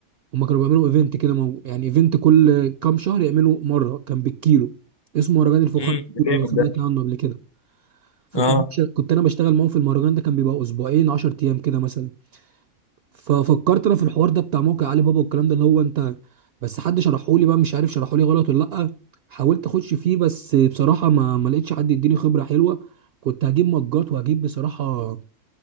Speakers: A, on the right; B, on the left.
A: هم كانوا بيعملوا ايفنت كده مو- يعني ايفنت كل كام شهر يعملوا مره كان بالكيلو اسمه مهرجان الفخار
B: امم
A: بالكيلو،
B: ده جامد
A: لو سمعت
B: ده
A: عنه قبل كده فكنت
B: اه
A: ش- كنت انا بشتغل معاهم في المهرجان ده كان بيبقى اسبوعين 10 ايام كده مثلا ففكرت انا في الحوار ده بتاع موقع علي بابا والكلام ده اللي هو انت بس حد شرحولي بقى مش عارف شرحولي غلط ولا لا حاولت اخش فيه بس بصراحه ما ما لقيتش حد يديني خبره حلوه كنت هجيب مجات وهجيب بصراحه